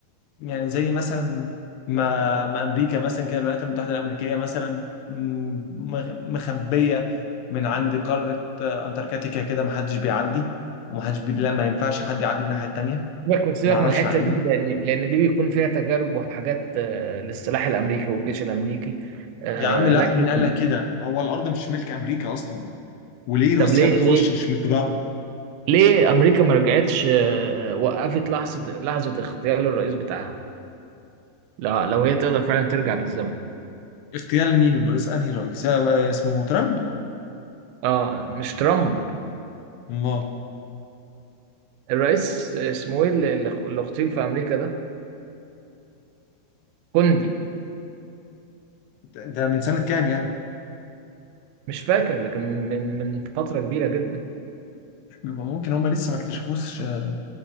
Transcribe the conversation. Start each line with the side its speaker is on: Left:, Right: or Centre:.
Left: يعني زي مثلا ما ما امريكا مثلا كده الولايات المتحده الامريكيه مثلا م- مخبيه من عند قاره آه، انتاركتيكا كده ما حدش بيعدي وما حدش بي... لا ما ينفعش حد يعدي الناحيه التانيه
Right: سيبك سيبك
Left: ما اعرفش
Right: من الحته
Left: مع انه
Right: دي لان لان دي بيكون فيها تجارب وحاجات آه، للسلاح الامريكي والجيش الامريكي آه،
Left: يا عم لا
Right: لكن
Left: مين قال لك كده هو الارض مش ملك امريكا اصلا وليه روسيا
Right: طب ليه
Left: ما تخشش
Right: ليه
Left: متجرد
Right: ليه امريكا ما رجعتش آه، وقفت لحظه لحظه اغتيال الرئيس بتاعها لو لو هي تقدر فعلا ترجع بالزمن
Left: اغتيال مين رئيس انهي رئيس آه، اسمه ترامب
Right: اه مش ترامب
Left: الله
Right: الرئيس اسمه ايه اللي اللي اللي اغتيل في امريكا ده كوندي
Left: ده ده من سنه كام يعني
Right: مش فاكر لكن من من فتره كبيره جدا
Left: بيبقى ممكن هم لسه ما اكتشفوش آه،